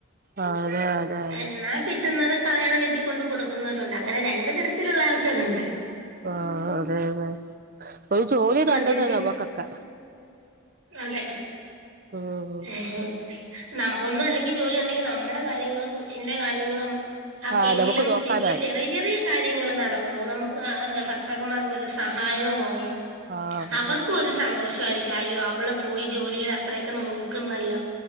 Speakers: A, on the right; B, on the right.
A: ആഹ് അതെ അതെ അതെ
B: എന്നാ കിട്ടുന്നത് കളയതെ വീട്ടിൽ കൊണ്ട് കൊടുക്കുന്നവരും ഉണ്ട് അങ്ങനെ രണ്ട് തരത്തിലുള്ള ആൾക്കാരുണ്ട്
A: ആഹ് അതെ അതെ ഒരു ജോലി നല്ലതാണ്
B: മദ്യത്തിൻ
A: ഞമ്മക്കൊക്കെ
B: അതെ
A: ഉം
B: ഏഹ് ഒന്നും അല്ലെങ്കിൽ ജോലി ഉണ്ടെങ്കിൽ നമ്മുടെ കാര്യങ്ങളും കൊച്ചിന്റെ കാര്യങ്ങളും ഒക്കെങ്കിലും
A: ആഹ് നമുക്ക് നോക്കാനായി
B: വീട്ടില് ചെ ചെറിയ കാര്യങ്ങൾ നടന്ന പോകുംനമുക്ക് എന്താ ഭർത്തകന്മാർക്ക് ഒരു സഹായവും ആവും
A: ആഹ് അതെ
B: അവർക്കും ഒരു സന്തോഷമായിരിക്കും അയ്യോ അവള് പോയി ജോലി ചെയ്ത് അത്രയൊക്കെ നോക്കുന്നല്ലോ